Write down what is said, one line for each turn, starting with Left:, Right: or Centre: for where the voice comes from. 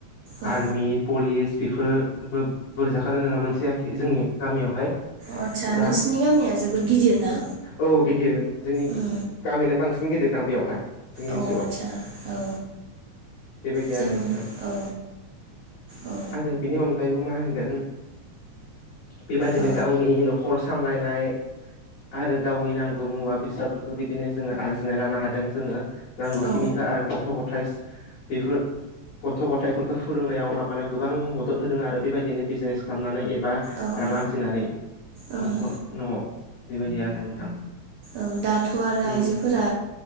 Right: औ
Left: आर्मि पलिस बेफोरबो बोरै जाखानो होना मोनसे आथि जोंनि गामियावहाय
Right: आदसा
Left: दा
Right: नोंसोरनि गामिया जोबोर गिदिर ना
Left: औ गिदिर जोंनि
Right: उम
Left: गामिनानो बांसिन गिदिर दां बेयावहाय जोंनि ओनसोलाव
Right: औ आदसा औ
Left: बेबायदि
Right: जों
Left: आरो नोंथां
Right: औ औ ओ
Left: आरो बेनि अनगायैबो मा होनगोन बेबायादिनो
Right: औ
Left: गावनि न'खर सामलायनाय आरो गावनि नांगौ मुवा बेसादफोरखौ बिदिनो जोङो आरजिनाय लानो हादों जोङो नांगौखिनिखौ
Right: औ
Left: आरो गथ' गथाइ बेफोर गथ' गथाइफोरखौ फोरोंनायाव माबानायाव गोबां मदद होदों आरो बेबायदिनो बिजनेस खालामनानै एबा
Right: ओं
Left: रां आरजिनानै
Right: ओं
Left: न'खर न'आव बेबायदि आरो नोंथां
Right: औ दाथ' आरो आइजोफोरा
Left: उम